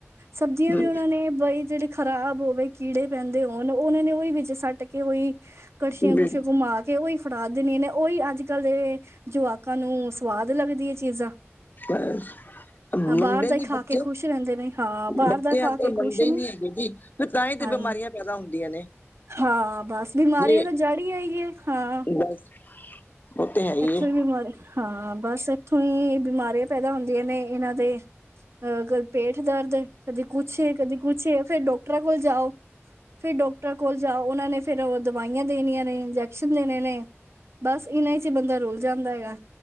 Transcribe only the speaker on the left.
ਹੂੰ,
ਬਿਲ
ਬਸ ਮੰਨਦੇ
ਨੀ
ਬੱਚੇ
ਬੱਚੇ
ਅੱਜ
ਕੱਲ ਮੰਨਦੇ
ਨਹੀਂ ਹੈਗੇ ਜੀ। ਫਿਰ ਤਾਂਹੀ ਤੇ
ਬਿਮਾਰੀਆਂ ਪੈਦਾ ਹੁੰਦੀਆਂ ਨੇ।
ਜੇ
ਬਸ ਉਹ ਤੇ ਹੈ
ਏ।